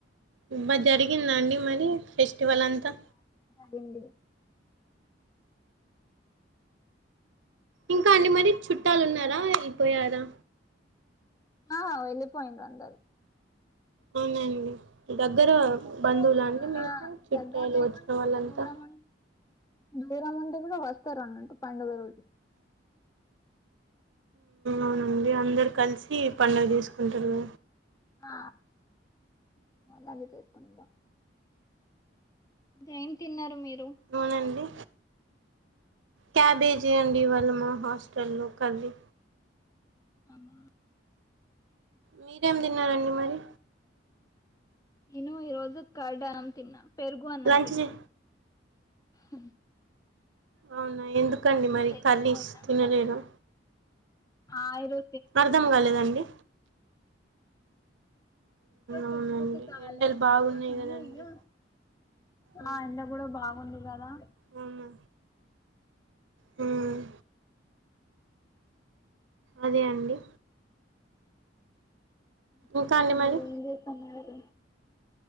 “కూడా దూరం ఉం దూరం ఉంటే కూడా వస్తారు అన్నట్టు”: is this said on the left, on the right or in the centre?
Left